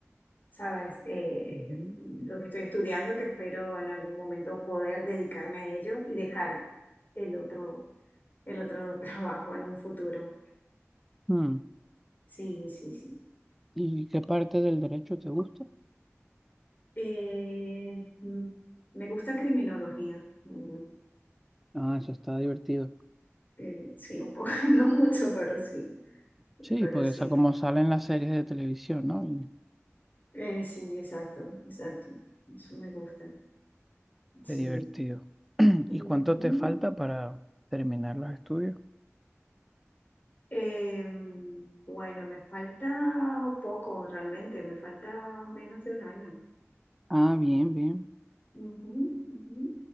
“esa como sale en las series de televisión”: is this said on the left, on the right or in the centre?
Centre